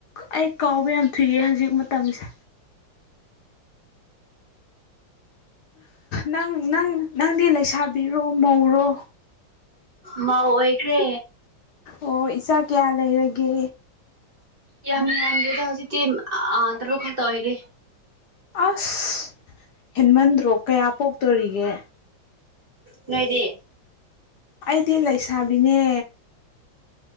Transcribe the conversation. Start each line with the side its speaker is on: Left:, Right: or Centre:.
Left: ꯑꯩ ꯀꯥꯎꯕ ꯌꯥꯝ ꯊꯨꯏꯑꯦ ꯍꯧꯖꯤꯛ ꯃꯇꯝꯁꯦ ꯅꯪ ꯅꯪ ꯅꯪꯗꯤ ꯂꯩꯁꯥꯕꯤꯔꯣ ꯃꯧꯔꯣ
Right: ꯃꯧ ꯑꯣꯏꯈ꯭ꯔꯦ
Left: ꯑꯣ ꯏꯆꯥ ꯀꯌꯥ ꯂꯩꯔꯒꯦ
Right: ꯌꯥꯝ ꯌꯥꯝꯗꯦꯗ ꯍꯧꯖꯤꯛꯇꯤ ꯇꯔꯨꯛ ꯈꯛꯗ ꯑꯣꯏꯔꯦ
Left: ꯑꯁ ꯍꯦꯟꯃꯟꯗ꯭ꯔꯣ ꯀꯌꯥ ꯄꯣꯛꯇꯣꯔꯤꯒꯦ
Right: ꯅꯣꯏꯗꯤ
Left: ꯑꯩꯗꯤ ꯂꯩꯁꯥꯕꯤꯅꯦ